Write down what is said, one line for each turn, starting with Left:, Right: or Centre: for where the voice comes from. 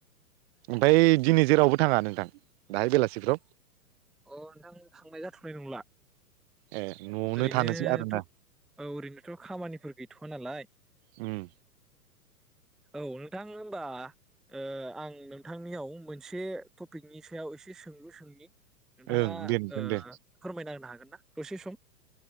Right: ओमफाय दिनै जेरावबो थाङा नोंथां दाहाय बेलासिफ्राव
Centre: अ नोंथां थांनाय जाथ'नाय नंला
Right: ए न'आवनो
Centre: ओरैनोथ'
Right: थानोसै आरोना
Centre: औ ओरैनोथ' खामानिफोर गैथ'वा नालाय
Right: उम
Centre: औ नोंथां होनबा ओआं नोंथांनियाव मोनसे टपिकनि सायाव एसे सों लु सोंनि नोंथाङा
Right: ओं दे नोंथां
Centre: ओ
Right: दे
Centre: फोरमायना होनो हागोन ना दसे सम?